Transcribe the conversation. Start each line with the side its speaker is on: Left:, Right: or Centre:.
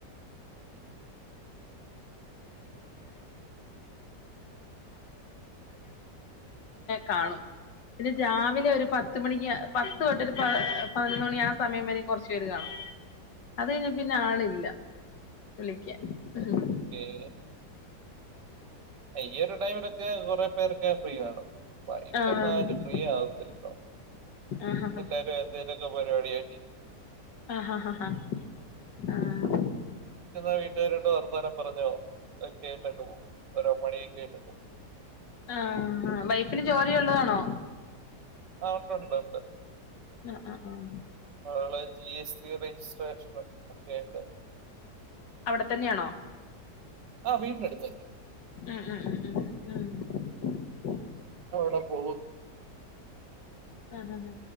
Left: കാണും പിന്നെ. രാവിലെ ഒരു പത്ത് മണിക്ക് !!!!!!!!!!!!!!!!!!!!
Right: ഓക്കെ
Left: <inaudible>
Right: ഈ ഒരു ടൈമിലൊക്കെ കുറെ പേരൊക്കെ ഫ്രീ കാണും. വൈകിട്ടൊന്നാരും
Left: ആഹ്
Right: ഫ്രീ ആകത്തില്ലല്ലോ.
Left: ആഹ്
Right: എല്ലാരും എന്തേലൊക്കെ പരിപാടിയായിട്ടിരിക്കും.
Left: ആഹ് ആഹ് ആഹ് ആഹ്
Right: എന്നാ വീട്ടുകാരോട്ട് വർത്താനം പറഞ്ഞോ ഒകേട്ടണ്ട് അങ്ങ് പോകും. ഓരോ പണിയൊക്കെ ആയിട്ടു അങ്ങ് പോകും..
Left: ആഹ് ആഹ് വൈഫിന് ജോലിയുള്ളതാണോ?
Right: ആ ഉണ്ട് ഉണ്ട് ഉണ്ട്.
Left: ആഹ് ആഹ് ആഹ്
Right: ആള് ജി എസ് ടി രജിസ്ട്രേഷനും ഒക്കെയായിണ്ട്.
Left: അവിടെ തന്നെയാണോ.
Right: ആഹ് വീട്ടിനടുത്ത് തന്നെയാ.
Left: ഉം ഉം ഉം ഉം ഉം
Right: അവിടെ പോകും.
Left: ആഹ് ആഹ്